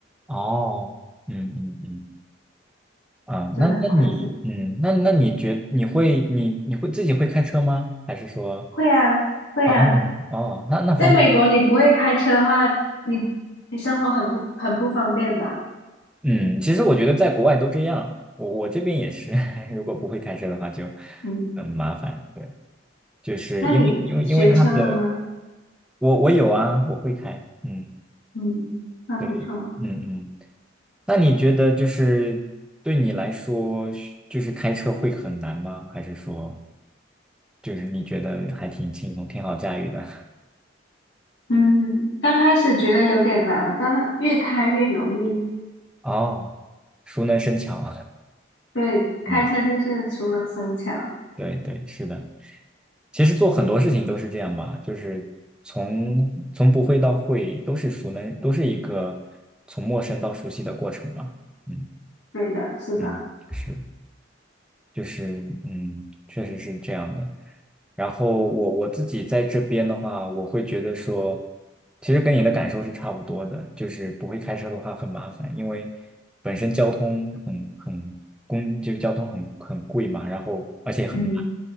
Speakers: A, in the centre; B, on the left.
A: 哦，嗯嗯嗯，啊，
B: 就很宽心。
A: 那那你，嗯，那那你觉你会你你会自己会开车吗？还是说，
B: 会啊，会啊，
A: 哦哦，那那方面，
B: 在美国你不会开车的话，你你生活很不很不方便的啊
A: 嗯，其实我觉得在国外都这样，我我这边也是，<laughs> 如果不会开车的话就
B: 嗯，
A: 很麻烦，对，就是因为因为因为他的，
B: 那你学车了吗？
A: 我我有啊，我会开，嗯，
B: 嗯，那不错。
A: 对，嗯嗯，那你觉得就是对你来说，就是开车会很难吗？还是说？就是你觉得还挺轻松，挺好驾驭的。
B: 嗯，刚开始觉得有点难，但它越开越容易。
A: 哦 <laughs>，熟能生巧。
B: 对，
A: <laughs>
B: 开车就是熟能生巧。
A: 嗯，对对，是的。其实做很多事情都是这样吧，就是从从不会到会，都是熟能，都是一个从陌生到熟悉的过程嘛。嗯
B: 对的，是的。
A: 嗯，是，就是嗯，确实是这样的。然后我我自己在这边的话，我会觉得说，其实跟你的感受是差不多的，就是不会开车的话很麻烦，因为本身交通很很公，就是交通很很贵嘛，然后而且很慢，
B: 嗯。